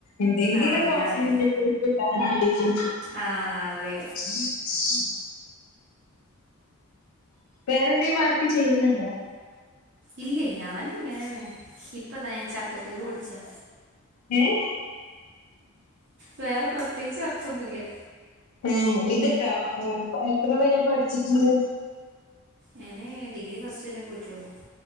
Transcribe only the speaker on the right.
ആഹ് അതാണ്
ആഹ് അതെ
ഇല്ലേ ഞാനിങ്ങനെ തന്നെ ഇപ്പതാ ഞാൻ ചക്കക്കുരു പൊളിച്ചാ
വേറെ പ്രത്യേകിച്ച് വർക്കൊന്നുല്ല്യ
ഞാന് ഡിഗ്രി ഫസ്റ്റ് വരെ പോയിട്ടുള്ളൂ